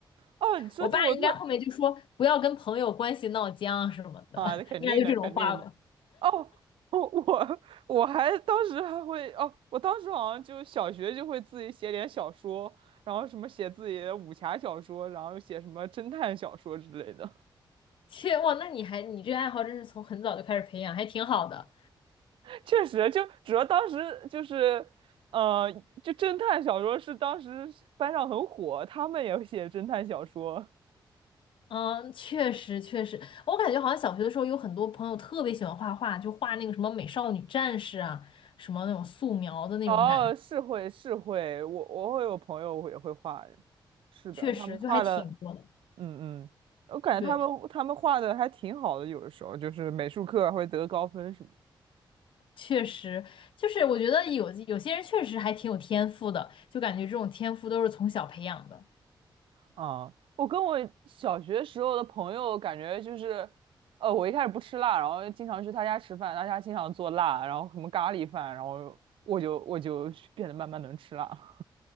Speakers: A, on the right; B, on the left.
A: 哦，你说这个我突然
B: 我爸应该后面就说不要跟朋友关系闹僵啊什么的，
A: 啊，
B: <laughs>
A: 那肯定的，
B: 应该就这种话吧。
A: 肯定的。哦，我我我还当时还会哦，我当时好像就小学就会自己写点小说，然后什么写自己的武侠小说，然后写什么侦探小说之类的。
B: 切，哇，那你还你这爱好真是从很早就开始培养，还挺好的。
A: 确实，就主要当时就是，呃，就侦探小说是当时班上很火，他们也写侦探小说。
B: 嗯，确实确实，我感觉好像小学的时候有很多朋友特别喜欢画画，就画那个什么美少女战士啊，什么那种素描的那种感觉，
A: 哦，是会是会，我我会有朋友也会画，是的，
B: 确实就还挺多的。
A: 他们画的，嗯嗯，我感觉他们他们画的还挺好的，
B: 对，
A: 有的时候就是美术课还会得高分什么。
B: 确实就是我觉得有有些人确实还挺有天赋的，就感觉这种天赋都是从小培养的。
A: 啊，我跟我小学时候的朋友感觉就是，呃，我一开始不吃辣，然后经常去他家吃饭，他家经常做辣，然后什么咖喱饭，然后我就我就变得慢慢能吃辣。